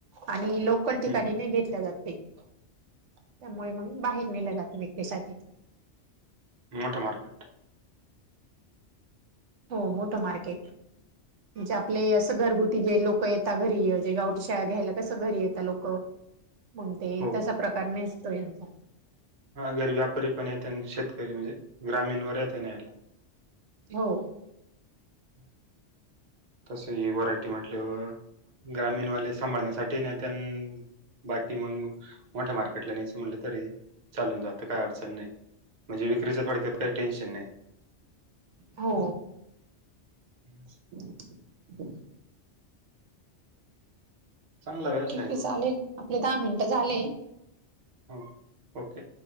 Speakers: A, on the right; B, on the right.
A: आणि लोकल ठिकाणी
B: हम्म.
A: नाही घेतल्या जात ते. त्यामुळे मंग बाहेर नेलं जातं विक्रीसाठी.
B: मोठ मार्केट.
A: हो मोठं मार्केट म्हणजे आपले असं घरगुती ति जे लोक येतात घरी जे गावठी शेळा घ्यायला कसं घरी येता लोक मंग ते
B: हो
A: तसा प्रकार नसतो यांचा
B: हा घरी व्यापारी पण येत्यानं शेतकरी म्हणजे ग्रामीण वर् येत न्यायला.
A: हो.
B: ब्लँक <inaudible> तस ही व्हरायटी म्हंटल्यावर ग्रामीणवाले सांभाळण्यासाठीही नेत्यानं बाकी मंग मोठ्या मार्केटला न्यायच म्हनलं तरी चालून जात काही अडचण नाही. म्हणजे विक्रीच थोडक्यात काही टेन्शन नाही.
A: हो
B: <inaudible>
A: <inaudible>
B: चांगला व्यवसाय
A: ठीक आहे चालेल
B: तो
A: आपले दहा मिनिटं झाले
B: हो ओके